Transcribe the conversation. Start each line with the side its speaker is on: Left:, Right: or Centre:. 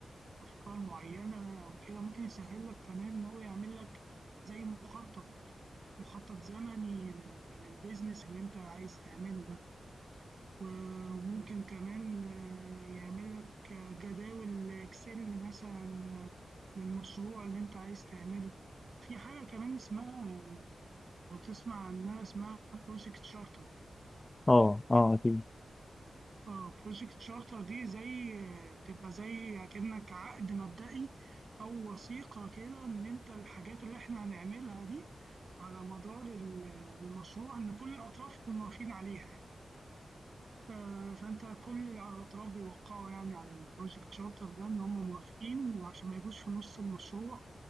Right: افكار معينه او كده ممكن يسهل لك كمان ان هو يعمل لك زي مخطط مخطط زمني لل- للبيزنس اللي انت عايز تعمله ده و- وممكن كمان آه، يعمل لك آه، جداول اكسل مثلا آه، للمشروع اللي انت عايز تعمله في حاجه كمان اسمها او تسمع عنها اسمها بروجكت شارتر
Left: اه اه اكيد
Right: اه بروجكت شارتر دي زي بتبقى زي كأنك عقد مبدئي أو وثيقة كده إن أنت الحاجات اللي إحنا هنعملها دي على مدار ال- المشروع إن كل الأطراف يكونوا موافقين عليها ف- فأنت كل الأطراف بيوقعوا يعني على البروجكت شارتر ده إن هم موافقين وعشان ما يجوش في نص المشروع